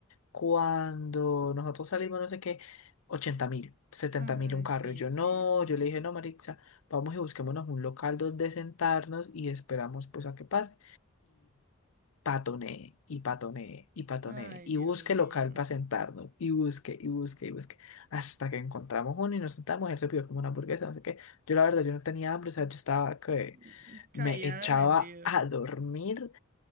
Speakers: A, on the left; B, on the right.
A: Cuando nosotros salimos, no sé qué, 80 mil, setenta
B: Ay,
A: mil un carro,
B: sí,
A: y yo
B: sí,
A: no,
B: sí.
A: yo le dije, no, Marixa, vamos y busquémonos un local donde sentarnos y esperamos pues a que pase patonee y patonee y patonee
B: Ay,
A: y
B: Dios
A: busque
B: mío.
A: local para sentarnos y busque y busque y busque hasta que encontramos uno y nos sentamos. Él se pidió como una hamburguesa, no sé qué. Yo la verdad, yo no tenía hambre, o sea, yo estaba que
B: Mm, Caía
A: me echaba
B: rendido.
A: a dormir